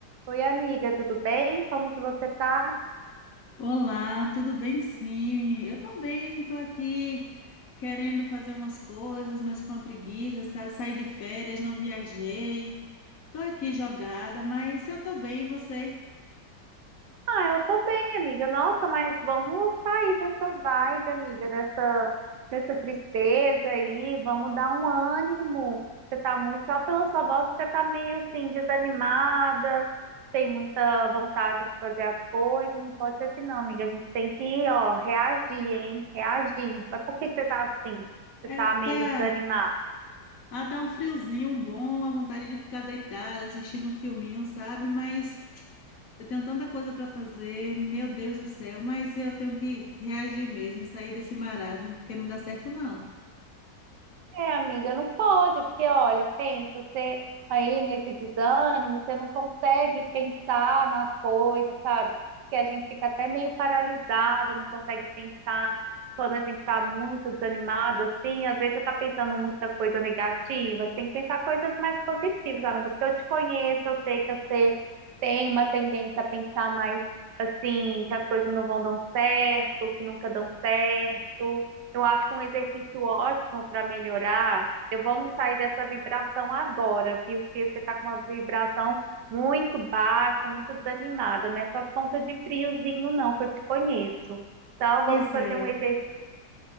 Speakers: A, on the right; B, on the left.
A: Oi, amiga, tudo bem? Como que você tá?
B: Olá, tudo bem? Sim, eu também estou aqui querendo fazer umas coisas, mas com a preguiça, sabe? Saí de férias, não viajei, estou aqui jogada, mas eu estou bem, e você?
A: Ah, eu tô bem, amiga. Nossa, mas vamos sair dessa vibe, amiga, dessa, dessa tristeza aí. Vamos dar um ânimo. Você tá muito, só pela sua voz, você tá meio assim, desanimada, tem muita vontade de fazer as coisas. Não pode ser assim, não, amiga. A gente tem que, ó, reagir, hein? Reagir. Mas por que que você tá assim?
B: É,
A: Você tá meio
B: tá,
A: desanimada?
B: ah, tá um friozinho bom, a vontade de ficar deitada, assistindo um filminho, sabe? Mas eu tenho tanta coisa para fazer, meu Deus do céu, mas eu tenho que reagir mesmo, sair desse marasmo, porque não dá certo não.
A: É, amiga, não pode, porque olha, pensa, você aí nesse desânimo, você não consegue pensar nas coisas, sabe? Que a gente fica até meio paralisado, não consegue pensar quando a gente tá muito desanimado, assim, às vezes você tá pensando muita coisa negativa, você tem que pensar coisas mais positivas, amiga, porque eu te conheço, eu sei que você tem uma tendência a pensar mais assim, que as coisas não vão dar certo, que nunca dão certo. Eu acho que um exercício ótimo para melhorar. Eu vamos sair dessa vibração agora, viu? Que você está com uma vibração muito baixa, muito desanimada, né? Só ponta de friozinho, não, que eu te conheço. Então,
B: Pois
A: vamos fazer
B: é,
A: um exercício,